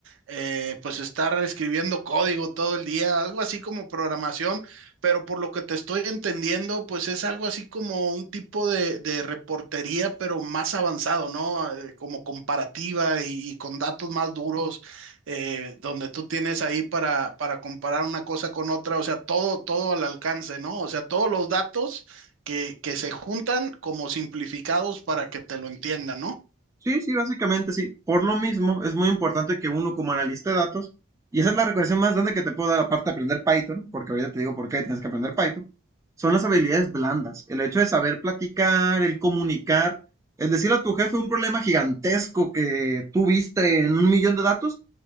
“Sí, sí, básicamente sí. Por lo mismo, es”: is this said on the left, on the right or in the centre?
Right